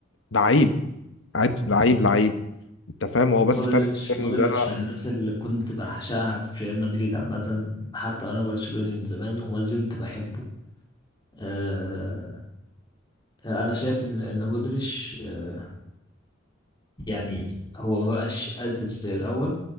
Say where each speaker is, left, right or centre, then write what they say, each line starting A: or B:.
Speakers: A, on the left; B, on the left.
A: لعيب لعيب لعيب لعيب انت فاهم هو بس
B: مودريتش
A: فرق
B: مودريتش
A: السن ده
B: من الناس اللي كنت بعشقها في ريال مدريد عامه حتى وانا برشلوني من زمان وما زلت بحبه آه آه، انا شايف ان ان مودريتش آه، يعني هو ما بقاش قادر زي الأول